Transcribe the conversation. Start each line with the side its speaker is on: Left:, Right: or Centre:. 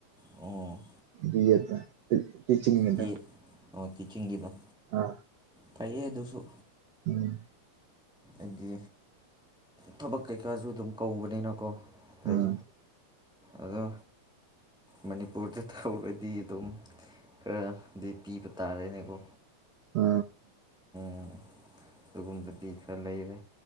Centre: ꯑꯣ
Right: ꯇꯤꯌꯦꯠ ꯇꯤꯆꯤꯡꯗ
Centre: ꯕꯤ ꯑꯦ ꯑꯣ ꯇꯤꯆꯤꯡꯒꯤꯗꯣ
Right: ꯑꯥ
Centre: ꯐꯌꯦꯗꯨꯁꯨ
Right: ꯎꯝ
Centre: ꯑꯗꯤ ꯊꯕꯛ ꯀꯩꯀꯥꯁꯨ ꯗꯨꯝ ꯀꯧꯕꯅꯤꯅꯀꯣ ꯐꯩ
Right: ꯑꯥ
Centre: ꯑꯗꯣ ꯃꯅꯤꯄꯨꯔꯗ ꯇꯧꯔꯗꯤ ꯑꯗꯨꯝ ꯈꯔꯗꯤ ꯄꯤꯕ ꯇꯥꯔꯦꯅꯦꯀꯣ
Right: ꯑ
Centre: ꯎ ꯑꯗꯨꯒꯨꯝꯕꯗꯤ ꯈꯔ ꯂꯩꯔꯦ